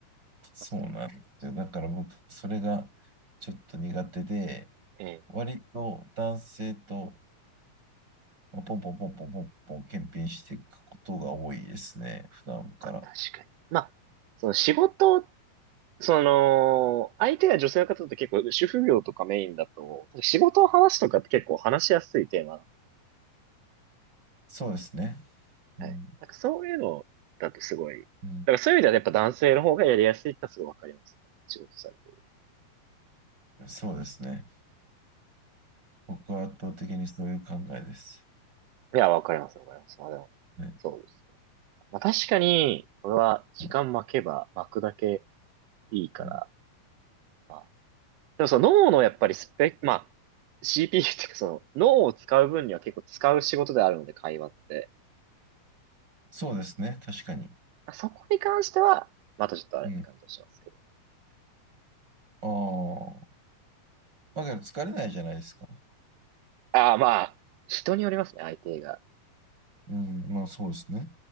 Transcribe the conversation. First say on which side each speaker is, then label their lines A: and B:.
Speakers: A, on the right; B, on the right.
A: そうなんですよ。
B: まあ、それ
A: だから僕、それがちょっと苦手で、
B: ええ、
A: 割と男性とまあポンポンポンポンポンポン検品していくことが多いですね、普段から。
B: まあ、確かに。まあ、その仕事、その、相手が女性の方って結構、主婦業とかメインだと、仕事を話すとかって結構話しやすいテーマ
A: そうですね。うん、
B: はい。なんかそういうのだとすごい、だからそういう意味ではやっぱ男性の方がやりやすいってのはすごいわかりますね。
A: うん、
B: 仕事されてる。
A: そうですね。僕は圧倒的にそういう考えです。
B: いや、わかります、わかります。まあでも、
A: はい
B: そうですね。まあ確かに、これは時間巻けば巻くだけ
A: はい
B: いいから、
A: うん、
B: まあ、でもその脳のやっぱりスペック、まあ、CPU っていうかその脳を使う分には結構使う仕事であるので、会話って。
A: そうですね、確かに。
B: まあそこに関しては、またちょっとあれって感じはしますけど。
A: うん。ああ。まあ、だから疲れないじゃないですか。
B: ああ、まあ、人によりますね、相手が
A: うん。まあ、そうですね。